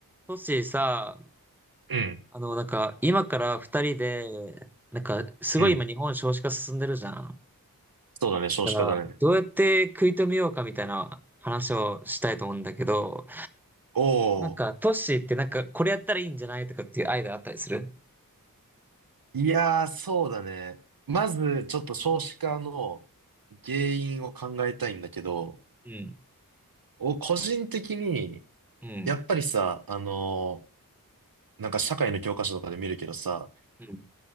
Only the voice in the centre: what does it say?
トッシーさ、
あの、なんか、今から二人で、なんか、すごい今日本少子化進んでるじゃん。
だから、どうやって食い止めようかみたいな話をしたいと思うんだけど、
なんか、トッシーってなんか、これやったらいいんじゃないとかっていうアイデアあったりする
うん、
うん、
うん、